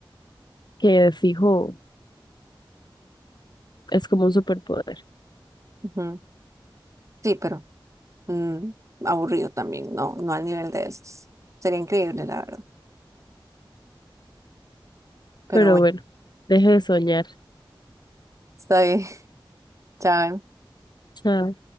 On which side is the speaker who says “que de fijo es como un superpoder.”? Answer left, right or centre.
Left